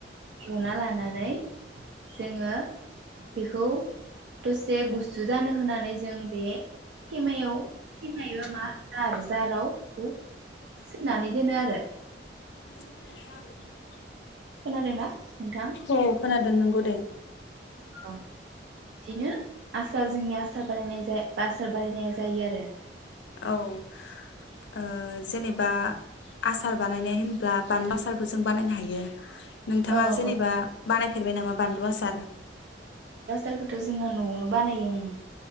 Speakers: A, on the right; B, on the left.
A: एवना लानानै जोङो बेखौ दसे गुसु जानो होनानै जों बे थेमायाव थेमा एबा मा जार जाराव एखौ सोनानै दोनो आरो
B: <inaudible>
A: खोनादोंना नोंथां
B: औ खोनादों नोंगौ दे <inaudible>
A: अ बिदिनो आसार जोंनि आसार बानायनाय जा आसार बानायायनाय जायो आरो
B: औ ओ जेनेबा आसार बानायनाय होनब्ला बानलु आसारबो जों बानायनो हायो नोंथाङा
A: औ
B: जेनेबा
A: औ
B: बानायफेरबाय नामा बान्लु आसार
A: आसारखौथ' जोंहा न'आवनो बानायो उम